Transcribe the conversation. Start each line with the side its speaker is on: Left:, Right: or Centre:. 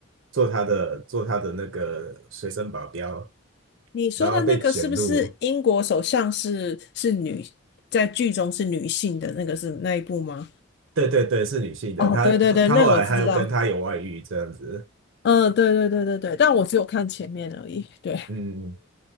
Right: 做他的做他的那个随身保镖，
Left: 你说的那个是不是英国首相是是女，
Right: 然后被卷入。
Left: 在剧中是女性的那个是那一部吗？
Right: 对对对，是女性的，
Left: 哦，
Right: 他他后来还有跟他有外遇这样子。
Left: 对对对，那我知道，嗯，对对对对对，但我只有看前面而已，对，
Right: 嗯，